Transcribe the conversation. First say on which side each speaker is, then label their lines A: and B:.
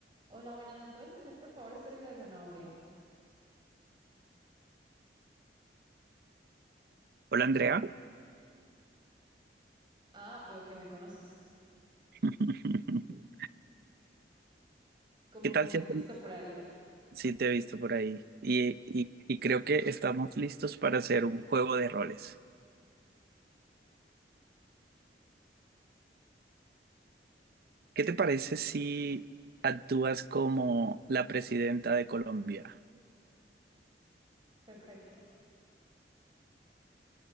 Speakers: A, on the right (about 25°); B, on the right (about 60°).
A: Hola, buenas, ¿me puedes vender por favor este libro de zanahoria?
B: Hola Andrea,
A: Ah, veo que me conoces,
B: <laughs>
A: como
B: ¿qué tal
A: que me
B: si,
A: has
B: hacemos-
A: visto por ahí.
B: si te he visto por ahí? Y, y- y creo que estamos listos para hacer un juego de roles. ¿Qué te parece si actúas como la presidenta de Colombia?
A: Perfecto.